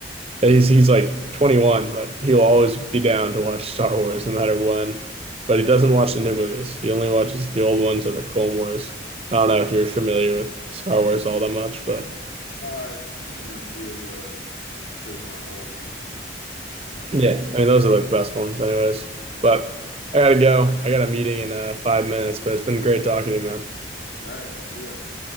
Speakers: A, on the right; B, on the left.
A: he's he's like 21, but he'll always be down to watch Star Wars no matter when. But he doesn't watch the new movies. He only watches the old ones or the Clone Wars. I don't know if you're familiar with Star Wars all that much, but
B: Uh, I've seen a few of the kind of trademark old movies, but
A: Yeah, I mean those are like the best ones, anyways. But I gotta go. I got a meeting in uh, five minutes, but it's been great talking to you, man.
B: all right, see ya.